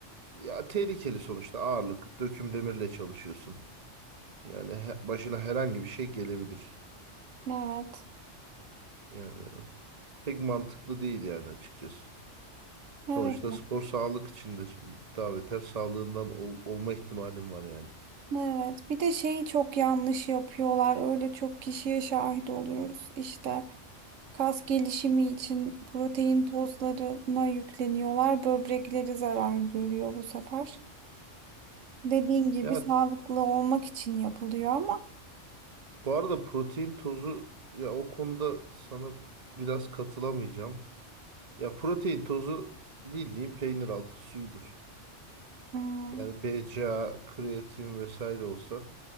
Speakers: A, on the right; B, on the right.
A: Ya tehlikeli sonuçta ağırlık. Döküm demirle çalışıyorsun. Yani he- başına herhangi bir şey gelebilir.
B: Evet.
A: Yani pek mantıklı değil yani açıkçası. Sonuçta
B: Evet.
A: spor sağlık içindir. Daha beter sağlığından ol- olma ihtimalim var yani.
B: Evet. Bir de şeyi çok yanlış yapıyorlar. Öyle çok kişiye şahit oluyoruz. İşte kas gelişimi için protein tozlarına yükleniyorlar. Böbrekleri zarar görüyor bu sefer. Dediğin gibi
A: Ya
B: sağlıklı olmak için yapılıyor ama
A: bu arada protein tozu ya o konuda sana biraz katılamayacağım. Ya protein tozu bildiğin peynir altı suyudur.
B: hmm,
A: Yani BCAA, kreatin vesaire olsa